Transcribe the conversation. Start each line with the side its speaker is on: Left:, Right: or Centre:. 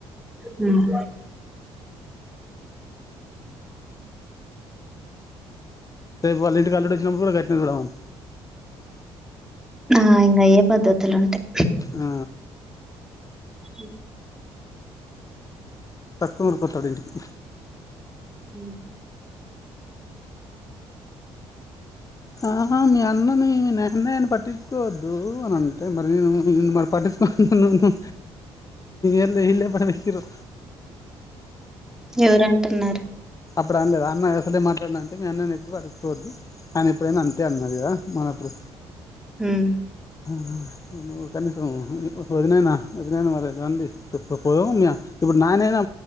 Centre: హ్మ్మ్
Left: రేపు వాళ్ళింటికి అల్లుడు వచ్చినప్పుడు కూడా గట్లనే చూడమను.
Centre: ఆ ఇంగా అఏ పద్ధతులు ఉంటాయి.
Left: ఆ
Centre: హ
Left: టక్కుమని పోతాడు ఇంటికి.
Centre: హ్మ్మ్
Left: ఆ మీ అన్నని మీ నాయాన్ని పట్టించుకోవద్దు అని అంటే మరి నేను మరి పట్టి. ప్ ఉండు ఎళ్ళ ఇళ్ల్ పటికేసిండ్రు.
Centre: ఎవరంటున్నారు‌.
Left: ఇప్పుడు అనలేదు అన్న అసలే మాట్లాడన అంటే మీ అన్న చెప్పడు అడుక్కొవద్దు. అనీ ఎప్పుడైనా అంటే అన్నాది గా మరిప్పుడు.
Centre: హ్మ్మ్
Left: ఆ ఉ ఒక్క నిమిషం ఉ ఓ. వదినైనా వదినైనా మరిదండి తప్పు పో ఇప్పుడు నానైనా